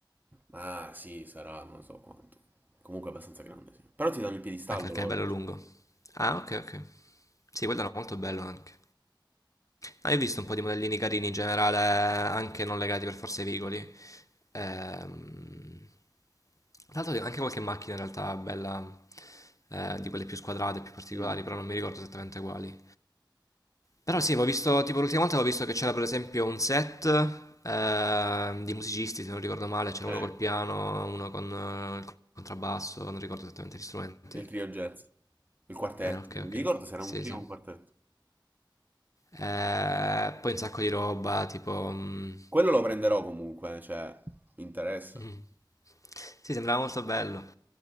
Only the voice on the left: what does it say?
Anche perché
è bello lungo.
Ah, ok, ok. Sì, quello era molto bello anche. Ah, io ho visto un po' di modellini carini in generale, anche non legati per forza ai veicoli. Ehm, Tra l'altro anche qualche macchina in realtà bella, eh, di quelle più squadrate, più particolari,
però non mi ricordo esattamente quali. Però sì, avevo visto, tipo l'ultima volta avevo visto che c'era per esempio un set ehm, di musicisti, se non ricordo male, c'era uno
col piano, uno con eh, il contrabbasso, non ricordo esattamente gli strumenti.
Eh, ok,
ok,
sì,
sì.
Eh, poi un sacco di roba, tipo... mh,
Mh. Sì, sembrava molto bello.